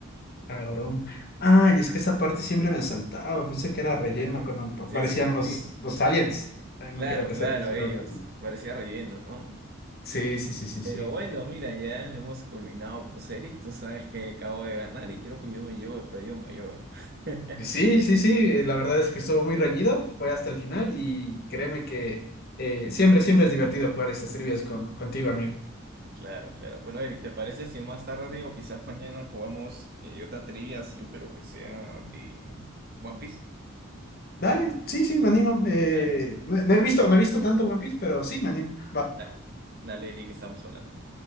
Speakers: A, on the left; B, on the right.
A: Agoromo. Ah, y es que esa parte siempre me saltaba. Pensé que era relleno
B: Ujú.
A: cuando aparecían
B: Sí, sí,
A: los,
B: sí.
A: los aliens. Ay, nunca
B: Claro,
A: le presté
B: claro,
A: atención,
B: ellos.
A: la verdad.
B: Parecía relleno, ¿no?
A: Sí, sí, sí, sí,
B: Pero
A: sí.
B: bueno, mira, ya hemos culminado. Pues Eric, tú sabes que acabo de ganar y creo que yo me llevo el premio mayor. <laughs>
A: Sí, sí, sí. eh, La verdad es que estuvo muy reñido. Fue hasta el final y créeme que eh, siempre, siempre es divertido jugar estas trivias con, contigo, amigo.
B: Claro, claro. Bueno, Eric, ¿te parece si más tarde o quizás mañana jugamos eh, otra trivia así, pero que sea de One Piece?
A: Dale, sí, sí, me animo. Eh,
B: Dale, Eric.
A: no, no he visto, no he visto tanto One Piece, pero sí, me animo. Va.
B: Da- Dale, Eric, que estamos hablando.